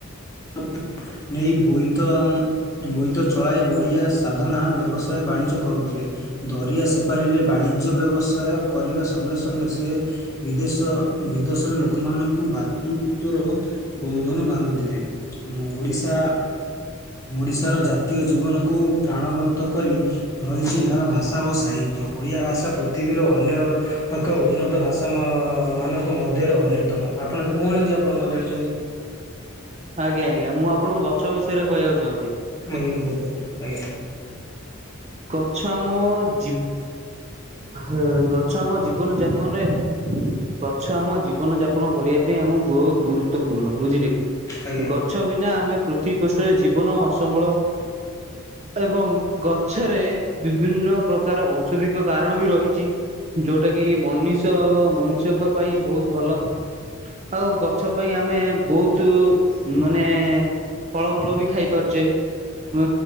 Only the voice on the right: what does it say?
ଆଜ୍ଞା ଆଜ୍ଞା ମୁଁ ଆପଣଙ୍କୁ ଗଛ ବିଷୟରେ କହିବାକୁ ଚାହୁଁଚି ‌
ଗଛ ଆମ ଜୀ ଏ ଗଛ ଆମ ଜୀବନ ଯାପନରେ ଗଛ ଆମ ଜୀବନ ଯାପନ କରିବା ପାଇଁ ଆମୁ ବୋହୁତ ଗୁରୁତ୍ୱପୂର୍ଣ୍ଣ, ବୁଝିଲେ?
ଗଛ ବିନା ଆମେ ପୃଥିବୀ ପୃଷ୍ଠରେ ଜୀବନ ଅସମ୍ବଳ। ଏବଂ ଗଛରେ ବିଭିନ୍ନ ପ୍ରକାର ଔଷଧିକ କାରଣ ବି ରହିଚି। ଯୋଉଟା କି ମନିଷ ମନୁଷ୍ୟଙ୍କ ପାଇଁ ବୋହୁତ ଭଲ। ଆଉ ଗଛ ପାଇଁ ଆମେ ବୋହୁତୁ ମାନେ ଫଳମୂଳ ବି ଖାଇ ପାରୁଚେ। ମେ